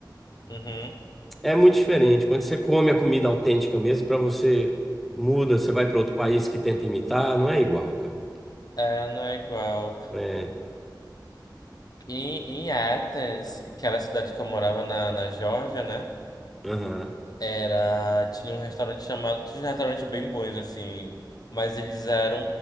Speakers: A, on the left; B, in the centre.
A: Uhum.
B: É muito diferente. Quando você come a comida autêntica mesmo, para você muda, você vai para outro país que tenta imitar, não é igual, cara.
A: É, não é igual.
B: É,
A: E em Athens, que era a cidade que eu morava na, na Geórgia, né?
B: aham,
A: Era, tinha um restaurante chamado, tinha um restaurante bem bons, assim, mas eles eram